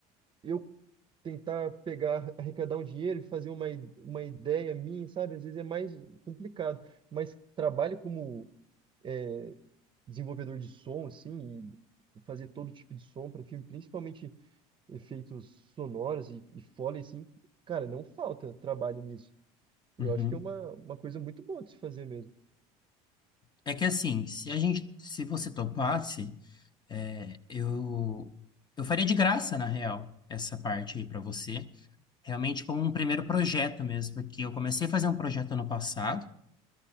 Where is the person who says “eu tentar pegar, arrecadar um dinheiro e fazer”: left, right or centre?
Right